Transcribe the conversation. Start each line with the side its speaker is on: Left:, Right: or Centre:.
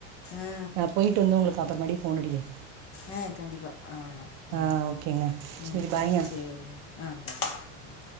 Left: ஆ
Right: நா போயிட்டு வந்து உங்களுக்கு அப்புறோ மாடியு ஃபோன் அடிக்கிறே
Left: ஆ கண்டிப்பா ஆ
Right: ஆ
Left: ம்
Right: ஓகேங்க
Left: ம்ம்
Right: சேரி பாய்ங்க
Left: சேரிங்க ஆ ம்